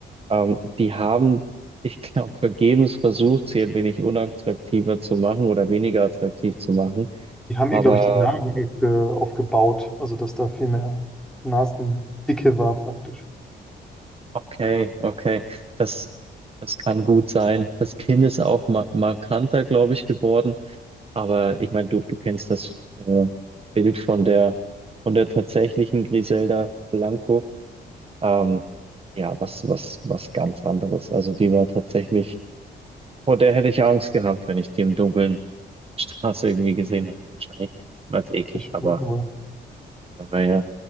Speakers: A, on the right (about 30°); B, in the centre.
A: Ähm, die haben, ich glaube, vergebens versucht, sie ein wenig unattraktiver zu machen oder weniger attraktiv zu machen.
B: Die haben
A: Aber
B: ihr, glaube ich, die Nasen aufge aufgebaut, also dass da viel mehr Nasendicke war praktisch.
A: okay, okay, das, das kann gut sein. Das Kinn ist auch ma markanter, glaube ich, geworden. Aber ich meine, du, du kennst das äh, Bild von der, von der tatsächlichen Griselda Blanco. Ähm, ja, was, was, was ganz anderes. Also die war tatsächlich, vor der hätte ich Angst gehabt, wenn ich die im Dunkeln <laughs> Straße irgendwie gesehen hätte. Wahrscheinlich war es eklig,
B: Das stimmt
A: aber,
B: wohl.
A: aber ja.